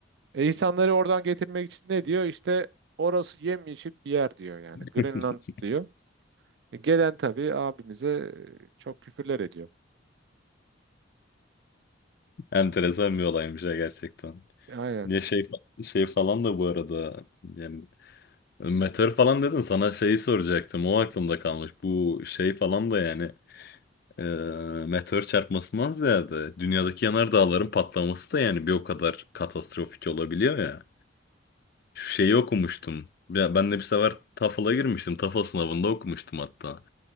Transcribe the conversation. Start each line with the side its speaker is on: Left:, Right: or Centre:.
Right: E insanları oradan getirmek için ne diyor? İşte orası yemyeşil bir yer diyor yani.
Left: <laughs>
Right: Greenland diyor. E, gelen tabii abimize e, çok küfürler ediyor.
Left: Enteresan bir olaymış ya gerçekten.
Right: Aynen.
Left: Ya şey, şey falan da bu arada yani meteor falan dedin sana şeyi soracaktım o aklımda kalmış. Bu şey falan da yani e, meteor çarpmasından ziyade dünyadaki yanardağların patlaması da yani bir o kadar katastrofik olabiliyor ya. Şu şeyi okumuştum. Ya ben de bir sefer TOEFL'a girmiştim. TOEFL sınavında okumuştum hatta.